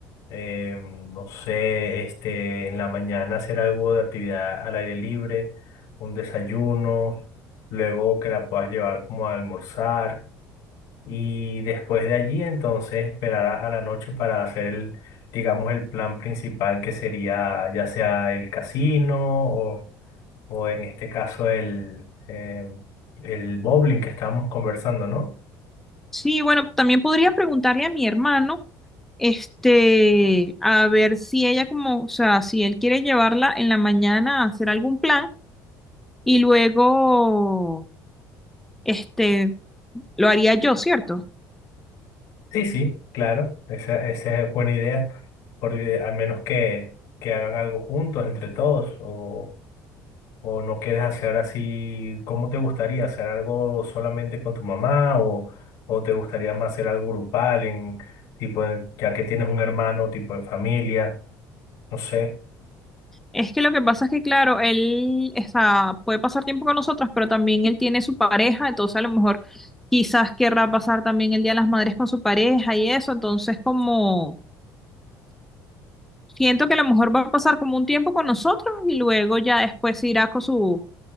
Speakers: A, on the left; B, in the centre.
A: eh, no sé, este, en la mañana hacer algo de actividad al aire libre, un desayuno, luego que la puedas llevar como a almorzar y después de allí entonces esperar a, a la noche para hacer el, digamos, el plan principal que sería ya sea el casino o, o en este caso el, eh, el bowling que estábamos conversando, ¿no?
B: Sí, bueno, también podría preguntarle a mi hermano, este, a ver si ella como, o sea, si él quiere llevarla en la mañana a hacer algún plan y luego, este, lo haría yo, ¿cierto?
A: Sí, sí, claro, esa, esa es buena idea, porque al menos que, que hagan algo juntos, entre todos, o, o no quieres hacer así, ¿cómo te gustaría? ¿Hacer algo solamente con tu mamá o, o te gustaría más hacer algo grupal, en, tipo, en- ya que tienes un hermano, tipo de familia? No sé.
B: Es que lo que pasa es que, claro, él, o sea, puede pasar tiempo con nosotros, pero también él tiene su pareja, entonces a lo mejor quizás querrá pasar también el Día de las Madres con su pareja y eso, entonces como... Siento que a lo mejor va a pasar como un tiempo con nosotros y luego ya después se irá con su